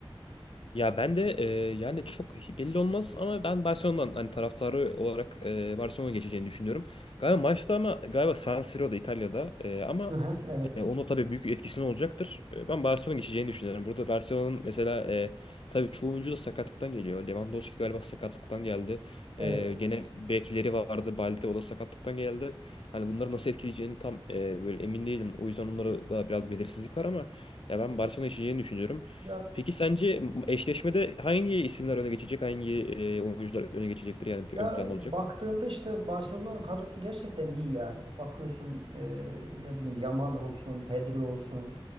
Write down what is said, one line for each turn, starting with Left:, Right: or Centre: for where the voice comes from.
Left: Ya ben de e, yani çok belli olmaz ama ben Barcelona'dan hani taraftarı olarak e, Barcelona'ya geçeceğini düşünüyorum. Galiba maçta ama galiba San Siro'da İtalya'da e, ama
Right: Hı hı, evet.
Left: e, onun tabii büyük etkisi olacaktır. E, ben Barcelona'ya geçeceğini düşünüyorum. Burada Barcelona'nın mesela e, tabii çoğu oyuncu da sakatlıktan geliyor. Lewandowski galiba sakatlıktan geldi.
Right: Evet.
Left: E, gene bekleri vardı. Balde o da sakatlıktan geldi. Hani bunları nasıl etkileyeceğini tam e, böyle emin değilim. O yüzden onlara da biraz belirsizlik var ama ya ben Barcelona geçeceğini düşünüyorum.
Right: Ya
Left: Peki sence eşleşmede hangi isimler öne geçecek? Hangi e, oyuncular öne geçecektir? Yani
Right: Ya
Left: ön plan
Right: baktığında
Left: olacak.
Right: işte Barcelona'nın kadrosu gerçekten iyi yani. Bakıyorsun eee, ne bileyim Yamal olsun, Pedri olsun,